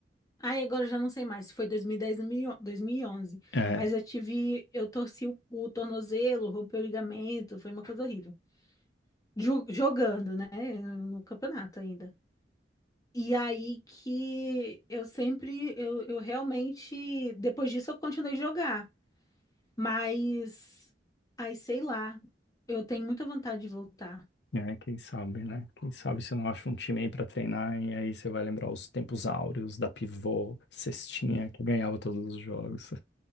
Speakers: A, on the left; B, on the left.
A: Aí agora eu já não sei mais se foi 2010 ou 2011.
B: É,
A: mas eu tive, eu torci o, o tornozelo, rompeu o ligamento, foi uma coisa horrível. Ju- Jogando, né, no no campeonato ainda. E aí que eu sempre, eu, eu realmente, depois disso eu continuei a jogar. Mas, ai, sei lá, eu tenho muita vontade de voltar.
B: É, quem sabe, né? Quem sabe você não acha um time aí pra treinar e aí você vai lembrar os tempos áureos da pivô, cestinha, que ganhava todos os jogos.